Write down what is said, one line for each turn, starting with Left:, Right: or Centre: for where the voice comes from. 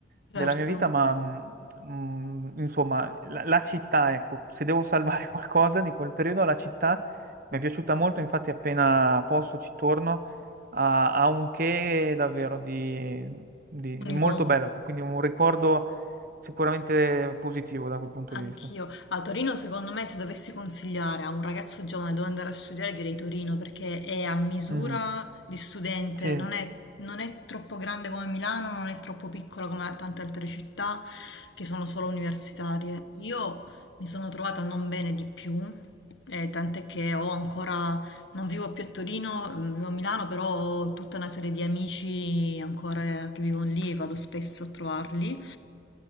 Right: della
Left: certo.
Right: mia vita, ma mm, insomma la, la città, ecco, se devo salvare <laughs> qualcosa di quel periodo, la città mi è piaciuta molto, infatti appena posso ci torno ha, ha un che davvero di, di,
Left: Unico.
Right: di molto bello, quindi un ricordo sicuramente positivo da quel punto
Left: Anch'io.
Right: di vista.
Left: A Torino, secondo me, se dovessi consigliare a un ragazzo giovane dove andare a studiare, direi Torino perché è a misura
Right: Mhm.
Left: di studente,
Right: Sì,
Left: non è, non è troppo grande come Milano, non è troppo piccola come tante altre città che sono solo universitarie. Io mi sono trovata non bene di più, eh, tant'è che ho ancora, non vivo più a Torino, mm, vivo a Milano, però ho tutta una serie di amici ancora che vivono lì e vado spesso a trovarli.